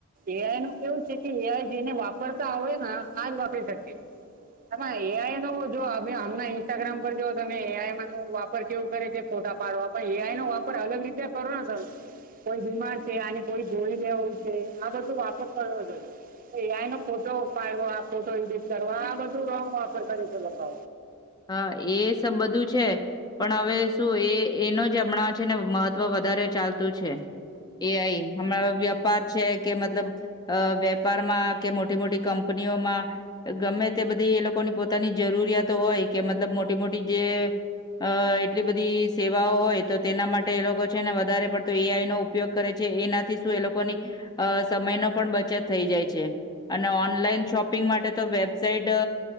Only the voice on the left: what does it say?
હા એ સબ બધું છે. પણ હવે શું એ એનો જ હમણાં છે ને મહત્વ વધારે ચાલતું છે એ આઈ હમણાં વેપાર છે કે મતલબ અ વેપારમાં કે મોટી મોટી કંપનીઓમાં ગમે તે બધી એ લોકોની પોતાની જરૂરિયાતો હોય. કે મતલબ મોટી મોટી જે અ એટલી બધી સેવાઓ હોય તો તેના માટે એ લોકો છે ને વધારે પડતો એઆઈ નો ઉપયોગ કરે છે એનાથી શું એ લોકોની અ સમયનો પણ બચત થઈ જાય છે અને ઓનલાઈન શોપિંગ માટે તો વેબસાઇટ